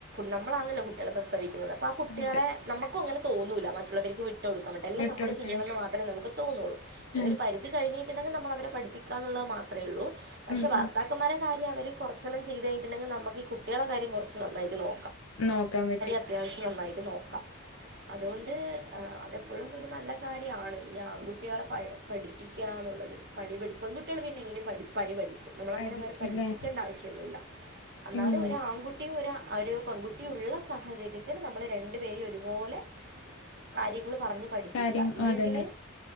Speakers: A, on the right; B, on the left.
A: നമ്മളാണല്ലേ കുട്ടികളെ പ്രസവി ക്കുന്നത് ആ കുട്ടികളെ
B: അതെ
A: നമുക്ക അങ്ങനെ തോന്നൂല്ല മറ്റുള്ളവർക്ക് വേണ്ടി വിട്ട് കൊടുക്കാൻ വേണ്ടി എല്ലാം
B: വിട്ടൊടുക്കാന്
A: നമ്മള് ചെയ്യാനേ നമുക്ക് തോന്നുള്ളൂ
B: ആ
A: ഒരു പരിതി കഴിഞ്ഞിട്ടുണ്ടെങ്കിൽ നമ്മള് അവരെ പഠിപ്പിക്കുള്ള മാത്രമേ ഉള്ളൂ പക്ഷെ
B: ഉം
A: ഭർത്താക്കന്മാരെ
B: ഉം
A: കാര്യം അ അവര് കുറച്ചൊല്ലാ ചെയ്തുട്ടുണ്ടെങ്കിൽ നമുക്ക് ഈ കുട്ടികളടെ കാര്യം കുറച്ചു നന്നായിട്ട് നോ
B: നോക്കാം
A: അത്യാവശ്യം നന്നായിട്ട് നോക്കാം അതൊ അതെപ്പോഴും ഒരു നല്ല കാര്യമാണ് ഈ ആൺകുട്ടികളെ പഠി പഠിപ്പിക്കാന്നുള്ളത് പണിപ്പടി പെൺകുട്ടികള് പിന്നെ എങ്ങനെകിലും പണി പടിക്കും നമ്മളങ്ങനെ
B: പഠിക്കില്ലേ
A: അവരെ പഠിപ്പിക്കേണ്ട ആവശ്യൊന്നുല്ല എന്നാലും
B: ഉം
A: ഒരു ആൺകുട്ടിയും ഒരാ ഒരു പൺകുട്ടിയും ഉള്ള സാഹചര്യത്തിന് നമ്മള് രണ്ടു പേരും ഒരുപോലെ കാര്യങ്ങള് പറഞ്ഞ് പഠിപ്പിക്കാ
B: കാര്യം
A: ഇല്ലെങ്കില്
B: അതന്നെ